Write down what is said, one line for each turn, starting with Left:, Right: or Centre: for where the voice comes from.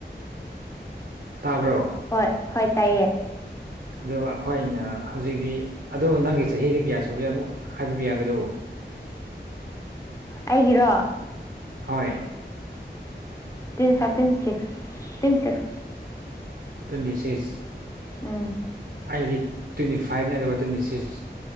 Right: ꯇꯥꯕ꯭ꯔꯣ
Left: ꯍꯣꯏ ꯍꯣꯏ ꯇꯥꯏꯌꯦ
Right: ꯑꯗꯣ ꯑꯈꯣꯏꯅ ꯍꯧꯖꯤꯛꯇꯤ ꯑꯗꯣ ꯅꯪꯒꯤ ꯆꯍꯤꯗꯤ ꯀꯌꯥ ꯁꯨꯒꯦ ꯑꯃꯨꯛ ꯍꯥꯏꯕꯤꯕ ꯌꯥꯒꯗꯣ
Left: ꯑꯩꯒꯤꯔꯣ
Right: ꯍꯣꯏ
Left: ten ꯐꯥꯇꯤꯟ ꯇꯣꯏꯟ six ten six
Right: twenty ꯁꯤꯁ
Left: ꯎꯝ
Right: ꯑꯩꯗꯤ ꯇ꯭ꯋꯦꯟꯇꯤ ꯐꯥꯏꯚꯅꯦ ꯑꯗꯨꯒ ꯇ꯭ꯋꯦꯟꯇꯤ ꯁꯤꯛꯁ